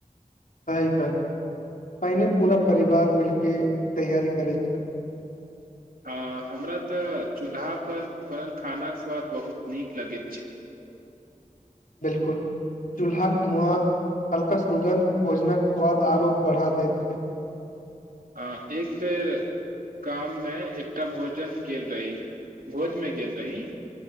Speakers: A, on the left (about 75°); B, on the right (about 85°).
A: सही करलहुँ पहिने पूरा परिवार मिलि कऽ तैयारी करैत छलहुँ
B: हँ हमरा तऽ चूल्हापर बनल खानाक स्वाद बहुत नीक लगैत छै
A: बिलकुल चूल्हाक धुआं हल्का सुगन्ध भोजनक स्वाद आरो बढ़ा दैत छै
B: अ एक बेर गाममे एकटा भोजन गेल रही भोजमे गेल रही